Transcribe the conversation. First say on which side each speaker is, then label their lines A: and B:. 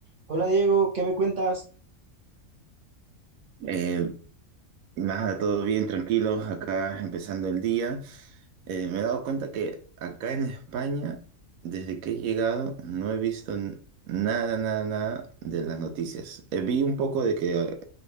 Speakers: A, on the right; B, on the right.
A: Hola Diego, ¿qué me cuentas?
B: Eh, nada, todo bien, tranquilos, acá empezando el día. Eh, me he dado cuenta que acá en España, desde que he llegado, no he visto n- nada, nada, nada de las noticias. Eh, vi un poco de que eh,